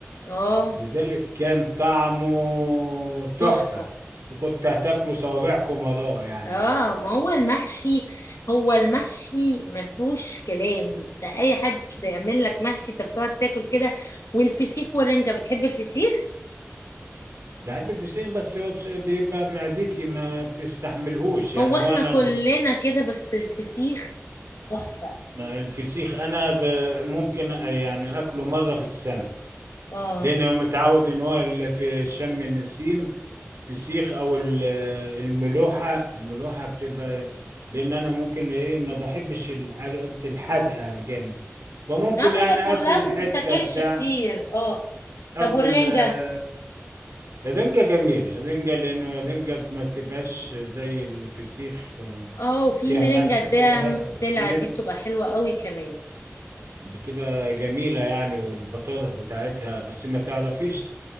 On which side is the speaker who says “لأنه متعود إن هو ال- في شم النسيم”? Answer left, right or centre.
Right